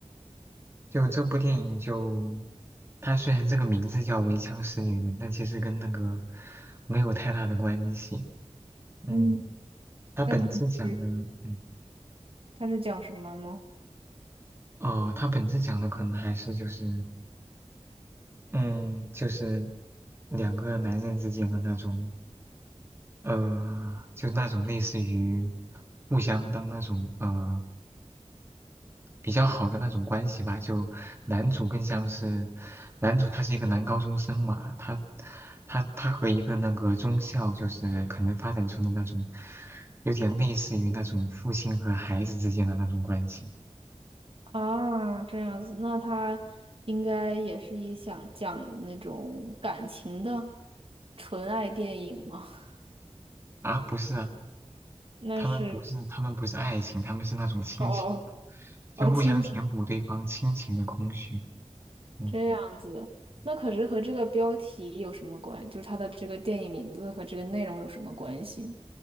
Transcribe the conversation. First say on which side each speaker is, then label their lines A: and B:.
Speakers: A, on the right; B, on the right.
A: 就这部电影就，它虽然这个名字叫《闻香识女人》，但其实跟那个没有太大的关系。嗯，
B: 嗯，
A: 它本质讲的，
B: 那它时
A: 嗯，
B: 它是讲什么吗？
A: 哦，它本质讲的可能还是就是，嗯，就是两个男人之间的那种，呃，就那种类似于互相当那种呃比较好的那种关系吧，就男主更像是，男主他是一个男高中生嘛，他他他和一个那个中校就是可能发展出的那种，有点类似于那种父亲和孩子之间的那种关系
B: 啊，这样子，那他应该也是一想讲那种感情的纯爱电影吗？<laughs>
A: 啊，不是啊，
B: 那是
A: 他们不是他们不是爱情，他们是那种亲情，
B: 哦哦
A: 就互相填补对方亲情的空虚，
B: 哦，亲情
A: 嗯，
B: 这样子，
A: 嗯
B: 那可是和这个标题有什么关？就是它的这个电影名字和这个内容有什么关系呢？